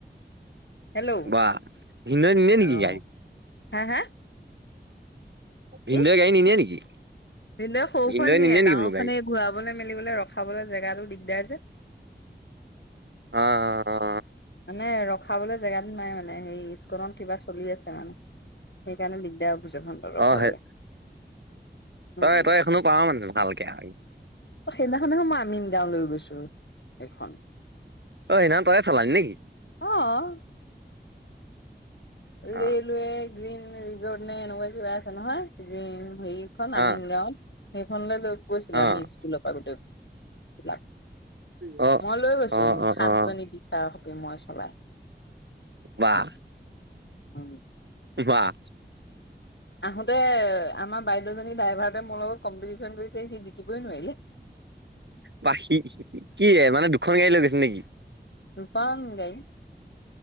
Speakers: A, on the left (about 75°); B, on the right (about 70°).
A: হেল্ল'
B: বাহঃ, ভিনদেউ নিনিয়ে নেকি
A: অ
B: গাড়ী?
A: হা, হা?
B: ভিনদৈ
A: কি
B: গাড়ী নেনিয়ে নেকি?
A: ভিনদেউ সৰুখন
B: ভিনদেউৱে
A: নিয়ে,
B: নিনিয়ে নেকি
A: ডাঙৰ
B: বোলো গাড়ী?
A: খন এ ঘূৰাবলৈ মেলিবলৈ ৰখাবলৈ জেগাটো দিগদাৰ যে।
B: অ' অ' অ'।
A: মানে ৰখাবলৈ জেগাটো নাই মানে হেৰি স্কিলন কিবা চলি আছে মানে সেইকাৰণে দিগদাৰ অভিযোগ ৰখাবলৈ।
B: অ', অ', সেই
A: উম
B: তই তই এখনো পাও মানে ভালকে আৰু।
A: সেইদিনাখননে মই আমিনগাঁও লৈ গৈছো, এইখন
B: ঐ না তইয়ে চলালি নেকি?
A: অ' ৰেলৱে
B: অ',
A: গ্ৰীণ ৰিজৰ্ট নে এনেকুৱা কিবা আছে নহয় গ্ৰীণ হেৰিখন আমিনগাঁৱত
B: অ',
A: সেইখনলৈ লৈ গৈছিলো
B: অ'।
A: আমি স্কুলৰ পৰা গোতে বিলাক,
B: অ',
A: মই লৈ গৈছো
B: অ', অ',
A: সাতজনী
B: অ',
A: টিচাৰ হকে মই চলাই।
B: বাহ।
A: উম।
B: বাহ।
A: আহোতে আমাৰ বাইদউজনী ড্ৰাইভাৰ মোৰ লগত কম্পিটিশন কৰিছে সি জিকিবই নোৱাৰিলে।
B: পাখি কি মানে দুখন গাড়ী লৈ গৈছিলি নেকি?
A: দুখন গাড়ী